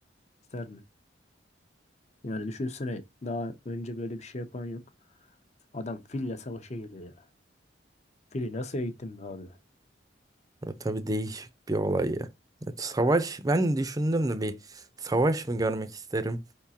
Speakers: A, on the left; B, on the right.
A: isterdim. Yani düşünsene daha önce böyle bir şey yapan yok. Adam fille savaşa geliyor ya. Fili nasıl eğittim be abi?
B: Ya Tabii değişik bir olay ya. Ya Savaş ben düşündüm de bir savaş mı görmek isterim?